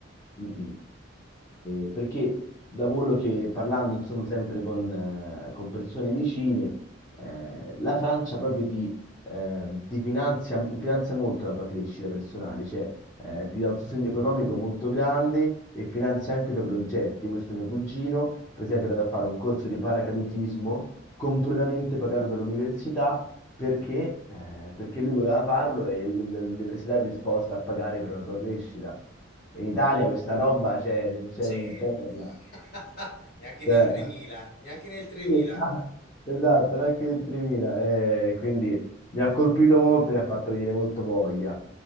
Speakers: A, on the left; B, on the left.
A: Mm, mm. Eh, perché da quello che parlando, insomma, sempre con, eh, con persone vicine, eh, la Francia proprio ti, ehm, ti finanzia, finanzia molto la tua crescita personale, cioè eh, ti dà un sostegno economico molto grande e finanzia anche i tuoi progetti. Io, questo mio cugino, per esempio, era da fare un corso di paracadutismo completamente pagato dall'università perché, eh, perché lui voleva farlo e l- l- l'università è disposta a pagare per la tua crescita. In Italia questa roba c'è nel cielo
B: Sì. <laughs>
A: né in terra.
B: Neanche nel
A: Cioè,
B: 3000,
A: <laughs>
B: neanche nel 3000.
A: sì, esatto, esatto, neanche il 3.000. eh, quindi mi ha colpito molto e mi ha fatto venire molto voglia.